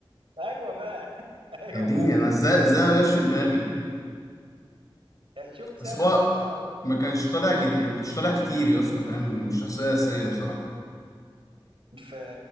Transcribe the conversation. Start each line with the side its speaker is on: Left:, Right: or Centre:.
Right: ايوه بقى <laughs> ايوه
Left: يا ديني
Right: بقى
Left: انا ازاي ازاي ما جاش في دماغي
Right: شفت
Left: بس
Right: سهله
Left: هو
Right: بس صعبه
Left: ما كانش طالع جديد ما كنتش طالع كتير يا اسطى فاهم مش شخصيه اساسيه بصراحه
Right: في